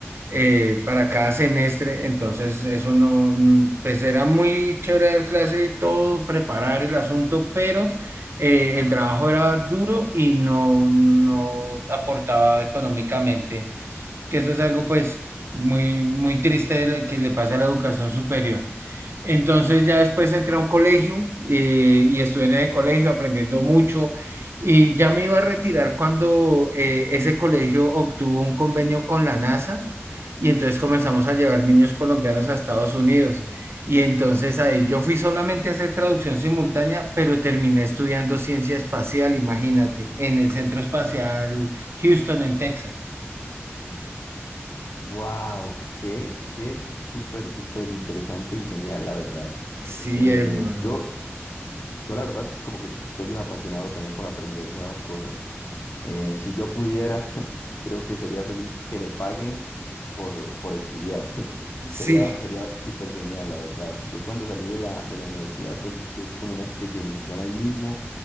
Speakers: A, on the right (about 60°); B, on the left (about 75°).
A: eh, para cada semestre. Entonces, eso no, mm, pues era muy chévere dar clase y todo, preparar el asunto, pero eh, el trabajo era duro y no, no aportaba económicamente que eso es algo pues muy, muy triste de la- que le pasa a la educación superior. Entonces ya después entré a un colegio eh, y estuve en el colegio aprendiendo mucho y ya me iba a retirar cuando eh, ese colegio obtuvo un convenio con la NASA y entonces comenzamos a llevar niños colombianos a Estados Unidos. Y entonces ahí yo fui solamente a hacer traducción simultánea, pero terminé estudiando ciencia espacial, imagínate, en el Centro Espacial Houston, en Texas.
B: ¡Wow! Qué, qué súper, súper interesante y genial, la verdad.
A: Sí,
B: Eh,
A: hermano.
B: yo, yo, la verdad, como que soy un apasionado también por aprender nuevas cosas. Eh, si yo pudiera, <laughs> creo que sería feliz que me paguen eh, por, por estudiar. <laughs>
A: Sí,
B: Sería, sería súper genial, la verdad. Yo cuando salí de la, de la universidad, pues hice como una especialización ahí mismo,